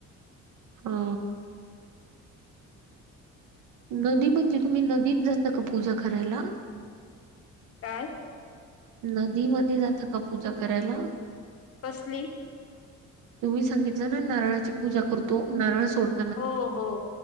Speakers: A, on the right (about 85°); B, on the left (about 50°).
A: हो. नदी म्हणजे, तुम्ही नदीत जता का, पूजा करायला?
B: काय?
A: नदीमध्ये जातं का, पूजा करायला?
B: कसली?
A: तुम्ही सांगितलं ना, नारळाची पूजा करतो. नारळ सोडतो
B: हो.